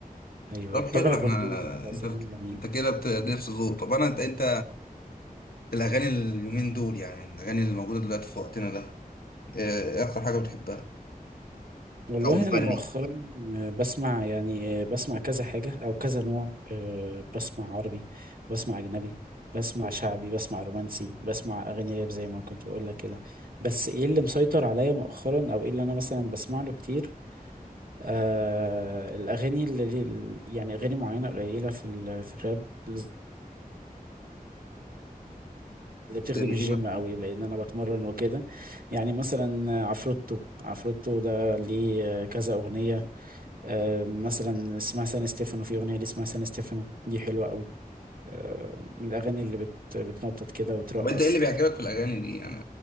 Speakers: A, on the right (about 70°); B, on the left (about 75°).
A: ايوه
B: طب
A: الطبع
B: حلو إحنا
A: برضو بتاع
B: أنت
A: زمان جميل
B: أنت كده بت- نفس ذوق طب أنا أنت أنت الأغاني اليومين دول يعني الأغاني اللي موجودة دلوقتي في وقتنا ده إيه اكتر حاجه بتحبها
A: والله
B: او مغني
A: انا مؤخرا آه، بسمع يعني آه، بسمع كذا حاجة او كذا نوع آه، بسمع عربي بسمع اجنبي بسمع شعبي بسمع رومانسي بسمع اغاني راب زي ما كنت بقول لك كده بس ايه اللي مسيطر عليا مؤخرا او ايه اللي انا مثلا بسمع له كتير آه الأغاني اللي اللي- يعني أغاني معينة قليلة في ال... في الراب اللي بتخدم
B: زي
A: الجيم
B: ايه مثلا
A: قوي لأن أنا بتمرن وكده يعني مثلا عفروتو عفروتو ده ليه كذا أغنية آه مثلا اسمها سان ستيفانو في أغنية ليه اسمها سان ستيفانو دي حلوة قوي آه من الأغاني اللي بت... بتنطط كده وترقص
B: طب انت ايه اللي بيعجبك في الاغاني دي يعني